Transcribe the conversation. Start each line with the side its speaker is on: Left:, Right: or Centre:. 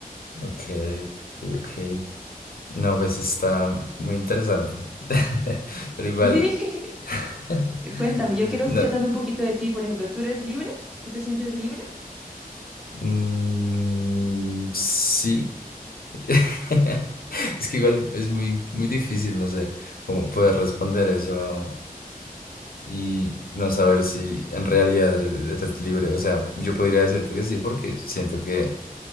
Left: ok, ok, ok. No, pues está muy interesante. <laughs>
Centre: <laughs>
Left: Pero igual...
Centre: Sí.
Left: <laughs>
Centre: Cuéntame, yo quiero
Left: no,
Centre: escuchar también un poquito de ti, por ejemplo, ¿tú eres libre? ¿Tú te sientes libre?
Left: mm, sí. <laughs> Es que igual es muy, muy difícil, no sé, cómo poder responder eso y no saber si en realidad eres, eres libre. O sea, yo podría decirte que sí, porque siento que